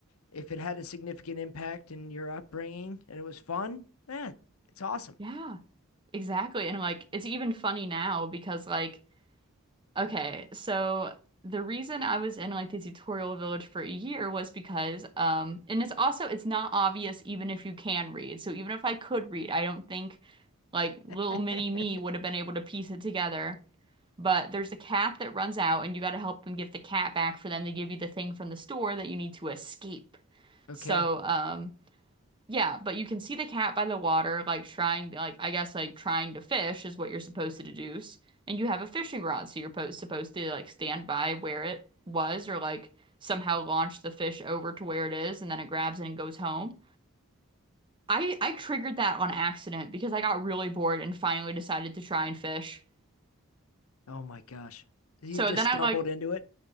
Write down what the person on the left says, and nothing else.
if it had a significant impact in your upbringing and it was fun, eh, it's awesome.
<laughs>
Okay.
Oh my gosh. You
just
stumbled
into it.